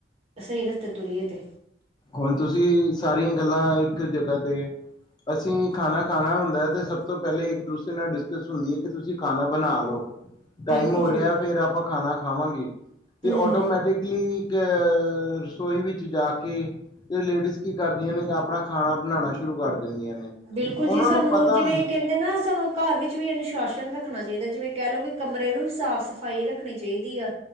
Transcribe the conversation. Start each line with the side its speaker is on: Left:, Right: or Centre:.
Right: ਸਹੀ ਰਸਤੇ ਤੁਰੀਏ ਤੇ
Left: ਹੁਣ ਤੁਸੀਂ ਸਾਰੀਆਂ ਗੱਲਾਂ ਇੱਕ ਜਗ੍ਹਾ ਤੇ ਅਸੀਂ ਖਾਨਾ ਖਾਣਾ ਹੁੰਦਾ ਤੇ ਸਭ ਤੋਂ ਪਹਿਲੇ ਇੱਕ ਦੂਸਰੇ ਨਾਲ ਡਿਸਕਸ ਹੁੰਦੀ ਐ ਕਿ ਤੁਸੀਂ ਖਾਣਾ ਬਣਾ ਲਓ। ਟਾਈਮ
Right: ਬਿਲਕੁਲ
Left: ਹੋ
Right: ਜੀ
Left: ਰਿਆ
Right: ਬਿਲਕੁਲ
Left: ਫੇਰ ਆਪਾਂ ਖਾਣਾ ਖਾਵਾਂਗੇ ਤੇ
Right: ਹਮ
Left: ਆਟੋਮੈਟਿਕ
Right: ਹਮ
Left: ਲੀ ਇੱਕ ਰਸੋਈ ਵਿੱਚ ਜਾ ਕੇ ਤੇ ਲੇਡੀਜ਼ ਕੀ ਕਰਦੀਆਂ ਨੇ ਕੇ ਆਪਨਾ ਖਾਨਾ ਬਨਾਨਾ ਸ਼ੁਰੂ ਕਰ ਦਿੰਦੀਆਂ ਨੇ।
Right: ਬਿਲਕੁਲ
Left: ਉਹਨਾਂ
Right: ਜੀ ਸਾਨੂੰ
Left: ਨੂੰ ਪਤਾ
Right: ਜਿਵੇਂ ਕੈਂਦੇ ਨਾ ਸਾਨੂੰ ਘਰ ਵਿੱਚ ਵੀ ਅਨੁਸ਼ਾਸਨ ਰੱਖਨਾ ਚਾਈਦਾ ਜਿਵੇਂ ਕੈ ਲੋ ਕੇ ਕਮਰੇ ਨੂੰ ਵੀ ਸਾਫ਼ ਸਫ਼ਾਈ ਰੱਖਨੀ ਚਾਈਦੀ ਆ।